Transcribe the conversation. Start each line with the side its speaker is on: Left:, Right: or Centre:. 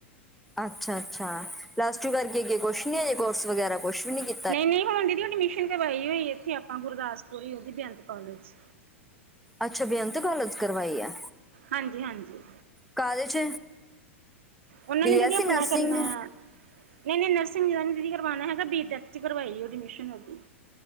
Centre: ਅੱਛਾ ਅੱਛਾ ਪਲੱਸ ਟੂ ਕਰਕੇ ਅੱਗੇ ਕੁਛ ਨੀ ਅਜੇ ਕੋਰਸ ਵਗੈਰਾ ਕੁਛ ਵੀ ਨੀ ਕੀ
Right: ਨਹੀਂ ਨਹੀਂ ਹੁਣ ਦੀਦੀ ਐਡਮਿਸ਼ਨ ਕਰਵਾਈ ਹੋਈ ਇੱਥੇ ਆਪਾਂ ਗੁਰਦਾਸਪੁਰ ਹੀ ਉਹਦੀ ਬੇਅੰਤ ਕੋਲਜ ਚ
Centre: ਅੱਛਾ ਬੇਅੰਤ ਕੋਲਜ ਕਰਵਾਈ ਆ
Right: ਹਾਂਜੀ ਹਾਂਜੀ।
Centre: ਕਾਹਦੇ ਚ
Right: ਉਹਨਾਂ
Centre: ਬੀਐਸਸੀ
Right: ਨੇ ਦੀਦੀ ਆਪਣਾ
Centre: ਨਰਸਿੰਗ
Right: ਕਰਨਾ ਆ ਨਹੀਂ ਨਹੀਂ ਨਰਸਿੰਗ ਦਾ ਦੀਦੀ ਕਰਵਾਉਣਾ ਹੈਗਾ ਬੀਟੈਕ ਚ ਕਰਵਾਈ ਐਡਮਿਸ਼ਨ ਉਹਦੀ